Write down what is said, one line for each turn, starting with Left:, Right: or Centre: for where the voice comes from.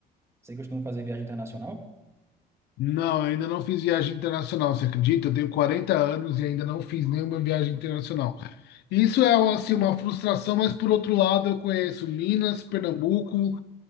Right: Você costuma fazer viagem internacional?
Left: Não, eu ainda não fiz viagem internacional, você acredita? Eu tenho 40 anos e ainda não fiz nenhuma viagem internacional. Isso é assim, uma frustração, mas por outro lado eu conheço Minas, Pernambuco,